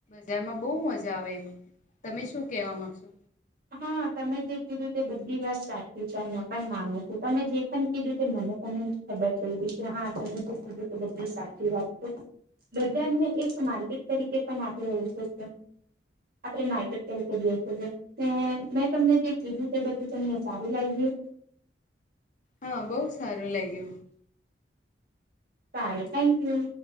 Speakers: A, on the left; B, on the right.
A: બજારમાં બહુ મજા આવે એમ તમે શું કેવા માંગશો
B: હા તમે જે કીધું તે બધી વાત સાચી છે અને પણ માનું છું તમે જે પણ કીધું તે મ હવે કોને ખબર <unintelligible> કે હા તમે કીધું કે બધી સાચી વાત બજારને એક માર્કેટ તરીકે પણ આપણે ઓળખે છે. આપણે માહિ <unintelligible> તરીકે બેસે છે. મેં મેં તમને જે કીધું તે બધું તમને સારું લાગ્યું.
A: હા બહુ સારું લાગ્યું.
B: સારું થેન્ક યુ.